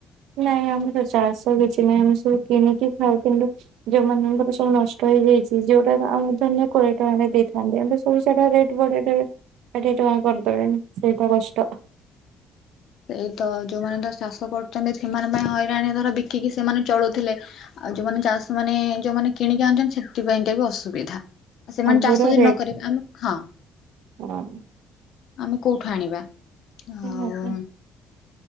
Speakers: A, on the right; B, on the left.
A: ନାଇଁ ଆମର ଚାଷ କିଛି ନାହିଁ, ଆମେ ସବୁ କିଣିକି ଖାଉଥୁଲୁ। ଯୋଉମାନଙ୍କ ର ସବୁ ନଷ୍ଟ ହେଇଯାଇଛି, ଯୋଉଟା ଆମ ଧରିନି କୋଡିଏ ଟଙ୍କାରେ ଦେଇଥାନ୍ତେ। ପେଇସାଗ ରେଟ ବଢେଇଦେବ, ଷାଠିଏ ଟଙ୍କା କରିଦେବେ ସେଇଟା କଷ୍ଟ।
B: ଏଇ ତ ଯୋଉମାନେ ତ ଚାଷ କରୁଚନ୍ତି, ସେମାନେଙ୍କ ପାଇଁ ହଇରାଣ ଧର ବିକି କି ସେମାନେ ଚଳୁଥିଲେ। ଆଉ, ଯୋଉମାନେ ଚାଷ ମାନେ ଯୋଉମାନେ କିଣିକି ଆଣୁଛନ୍ତି, ସେଥିପାଇଁକା ବି ଅସୁବିଧା। ସେମାନେ
A: ସବୁର
B: ଚାଷ ନ
A: ରେଟ୍
B: କରିବେ ଆମେ, ହଁ!
A: ହଁ।
B: ଆମେ କୋଉଠୁ ଆଣିବାଆଉ।
A: ସେୟା ତ।